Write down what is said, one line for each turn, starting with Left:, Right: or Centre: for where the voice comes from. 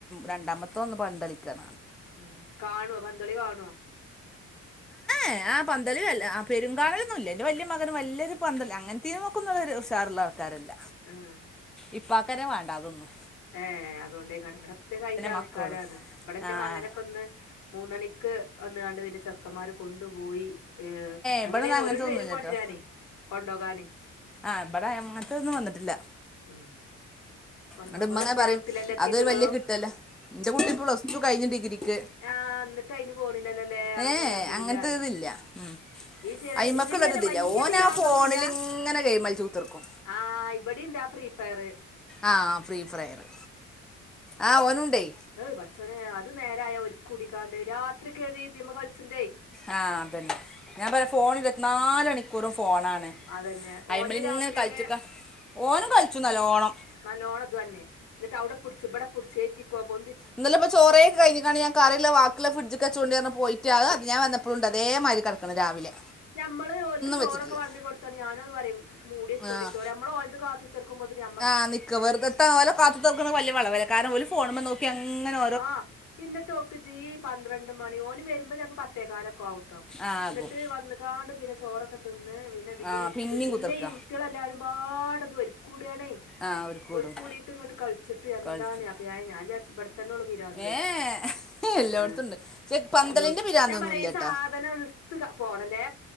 Left: ഉം
Centre: രണ്ടാമത്തെ ഒന്ന് പൻത് കളിക്ക
Left: ഉം കാണൊ പന്തളി കാണൊ..
Centre: ഏ ആ പന്തലും അല്ല ആ പെുരും കാണലൊന്നും ഇല്ല ഇൻ്റെ വലിയ മകന് വല്ലൊരു പന്തൽ അങ്ങനത്തെയ മെക്കുന്നുള്ളൊരു ഉഷാറുള്ള ആൾക്കാരല്ല
Left: ഉം
Centre: ഇപ്പക്കനെ വേണ്ടാതൊന്നന്ന്..
Left: ഏ അതുകൊണ്ടേക്കരം ഇവിടെപ്പ കയിന്റെ ആൾക്കാരാണ്
Centre: മക്കളും
Left: ഇവിടെ എൻറെ
Centre: ആഹ്
Left: മകനെപ്പൊന്ന്.. മൂന്നണിക്ക് വന്നതാണ്ട് പിന്നെ ചെറുക്കന്മാര് കൊണ്ടുപോയി.. ഏ
Centre: ഇവിടെന്ന്
Left: അങ്ങനെയാണ്
Centre: അങ്ങനത്തെ
Left: ഓല്
Centre: ഒന്നുമില്ലട്ടോ
Left: വരും കൊണ്ടരാനേ കൊണ്ടൊകാന്
Centre: ആ് ഇവിടെ അങ്ങനത്തൊന്നും വന്നിട്ടില്ല
Left: ഉം കൊണ്ടോ
Centre: ബടെ ഇമ്മങ്ങനെ
Left: ഓന് എത്രയിലാ
Centre: പറയും
Left: എട്ടിലല്ലേ എത്തിയിട്ടുള്ളൂ
Centre: അതൊരു വലിയ കിട്ടല ഇന്റെ കുട്ടി പ്ലസ് ടു കഴിഞ്ഞു ഡിഗ്രിക്ക്
Left: ആ ന്നട്ട് അയിന് പോണില്ലല്ലേ അതെന്നെ
Centre: ഏ
Left: അൽഹമ്ദുലില്ല
Centre: അങ്ങനത്തെ
Left: പറയ
Centre: ഇതില്ല ഉം
Left: ഈ ചെല
Centre: അയിമക്കുള്ളൊരിതില്ല
Left: ഇതിന് തന്നെ വല്യയ
Centre: ഓൻ
Left: പിരാന്തൊന്നുല്ല
Centre: ആ ഫോണിൽ ഇങ്ങനെ ഗെയിം കളിച്ച് കുത്തിർക്കും
Left: ആ ഇബടിണ്ട് എന്താ.. ഫ്രീ ഫയർ
Centre: ആ ഫ്രീ ഫ്രയറ് ആ ഓനുണ്ടേ
Left: ഏഹ് പടച്ചോനെ അത് നേരായ ഓര്കൂടിക്കാണ്ട് രാത്രി കേറി ഇതിമ്മേ കള്ച്ചിന്തേ.
Centre: ആ അതെ ഞാൻ പറയാ ഫോണ് ഇര് നാല് മണിക്കൂറും ഫോണാണ്
Left: അതന്നെ ഓന്
Centre: ഐമല്
Left: രാത്രി
Centre: ഇങ്ങനെ കളിച്ചക്ക
Left: തന്നെ
Centre: ഓനും കളിച്ചുന്നല്ലോണം
Left: നല്ലോണംത് തന്നെ എന്നിട്ട് അവിടെ പിടിച്ച് ഇവിടെ പിടിച്ച് ഏറ്റിക്കോ പൊ
Centre: ഇന്ന് പ്പോ ചോറയൊക്കെ കഴഞ്ഞ്ങ്ങാട് ഞാൻ കറിള്ള വാക്കില്ല ഫ്രിഡ്ജ്ക്ക് വെച്യൊണ്ടി വന്ന് പോയിട്ട് അത് ഞാൻ വന്നപ്പോളുണ്ട് അതെ മാതിരി തക്ക്ണ് രാവിലെ
Left: മ്മള് ഓലക്ക് ചോറൊക്കെ
Centre: വെച്ചിട്ടില്ല
Left: വളമ്പി കൊടുത്താണ്ട് ഞാനും അത് പറയും മൂടി വെച്ചോണ്ടിട്ട്
Centre: ആഹ്
Left: നമ്മള് ഓല്ത് കാത്ത തീർക്കുമ്പോത്തിന്
Centre: ആഹ് നിക്ക വെറുതെത്ത പോല കാത്ത് നിൽക്കുണ് വല്യയ വളവല കാരന് മുന്നില് ഒരു ഫോണുമോ നോക്കിയങ്ങനെ
Left: ആഹ് എന്നിട്ട്ഒക്ക് ജീ പന്ത്രണ്ട് മണി ഓന് വരുമ്പോ ചിലപ്പോ പത്തേക്കാലൊക്കെ ആവും ട്ടോ
Centre: ആഹ് ആകും
Left: ന്നട്ട് വന്നികാണ്ട് പിന്നെ ചോറൊക്കെ തിന്ന് പിന്നെ ഇതിമൽ
Centre: ആഹ്
Left: ഇരിക്ക്
Centre: പിന്നെയും
Left: പിന്നെ
Centre: കുത്തിർക്ക
Left: ഈ കുട്ടികളെല്ലാരുംപാടെ ഒര്കൂടാണെ
Centre: ആഹ് ഒരുക്കൂടും
Left: ഒര്കൂടിട്ടങ്ങട്ട് കളിച്ചിട്ട് എന്താണ്
Centre: കളിച്ചു
Left: അ പ്പയായ ഞാൻ വിചരിച്ച ഇപട്ത്തന്ന ഉള്ളൂ പിരാന്ത്
Centre: ഏഹ് എല്ലായിടത്തും
Left: ആ
Centre: ഉണ്ട് പക്ഷെ പന്തലിന്റെ
Left: എല്ലൊടുത്തും
Centre: പിരാന്തൊന്നുമില്ല
Left: ഞാൻ പറയാ ഈ
Centre: കേട്ടോ
Left: സാധനം ഒന്ന് എടുത്ത് ക പോണല്ലേ